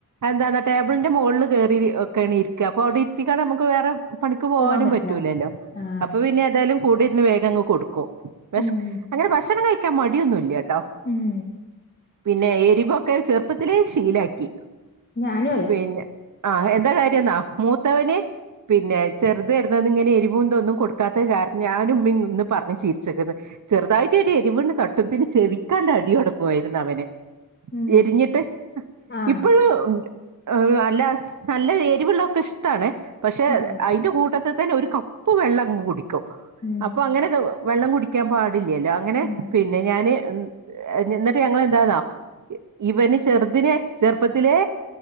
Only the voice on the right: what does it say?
എന്താ ടേബിളിന്റെ മുകളിൽ കേയറി ഒക്കെയാണ് ഇരിക്കുക അപ്പൊ അവിടെ ഇത്തിക്കാെ നമുക്ക് വേറെ പണിക്ക് പോകാനും
പറ്റൂലല്ലോ
അപ്പൊ പിന്നെഏതായാലും കൂടെ ഇരുന്ന് വേഗംങ്ങ് കൊടുക്കും ഭഷ
അങ്ങനെ ഭക്ഷണം കഴിക്കാൻ മടിയൊന്നുംല്ലട്ടോ
പിന്നെ എരിവൊക്കെ ചെറുപ്പത്തിലെ ശീലാക്കി
പിന്നെ ആഹ് എന്താ കാര്യം എന്നാ മൂത്തവന് പിന്നെ ചെറുത് വരുന്നത് ഇങ്ങനെ എരിവും ഒന്നും കൊടുക്കാത്ത ക ഞാനും ഉമ്മയുംന്ന് പറഞ്ഞ് ചീരിച്ചിക്കുന്നത് ചെറുതായിട്ട് ഒരു എരിവണ് തട്ടുമ്പോത്തിന് ചെവിക്കാണ്ട ടി തൊടങ്ങു യിരുന്നു അവന്
എരിഞ്ഞിട്ട്
ഇപ്പോഴും ഉണ്ട് അല്ല നല്ല എരിവെള്ളൊക്കെ ഇഷ്ടാണ് പക്ഷെ
അതിന്റെ കൂട്ടത്തി തന്നെ ഒരുക്കം കപ്പ് വെള്ളം അങ് കുടിക്കും
അപ്പൊ അങ്ങനെ വെള്ളം കുടിക്കാൻ പാടില്ലല്ലോ അങ്ങനെ
പിന്നെ ഞാാന് എന്നിട്ട് ഞങ്ങെന്താന്നാ ഇവന് ചെറുതിനെ ചെറുപ്പത്തിലെ